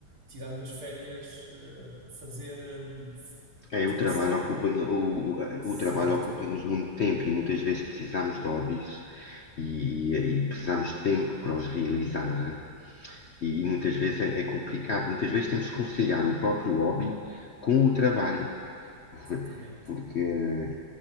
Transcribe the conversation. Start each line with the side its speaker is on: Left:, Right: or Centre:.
Right: tirando as férias, eh, fazer, hum, pá,
Left: É,
Right: ter
Left: o
Right: esse
Left: trabalho
Right: hobby.
Left: ocupa, o,
Right: Certo,
Left: o trabalho ocupa-nos muito tempo e muitas vezes precisamos de hobbies e, e precisamos de tempo para os realizar. E, e muitas vezes é, é complicado. Muitas vezes temos que conciliar o próprio hobby com o trabalho. <laughs>
Right: exatamente.
Left: Porque,